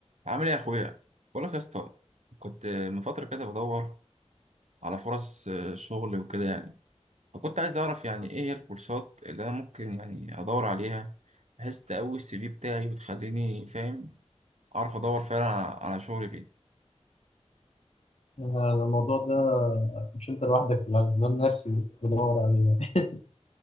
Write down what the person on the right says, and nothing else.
عامل ايه يا اخويا بقول لك يا اسطى كنت من فتره كده بدور على فرص آه، شغل وكده يعني فكنت عايز اعرف يعني ايه هي الكورسات اللي انا ممكن يعني ادور عليها بحيث تقوي السي في بتاعي وتخليني فاهم اعرف ادور فعلا على على شغل فيه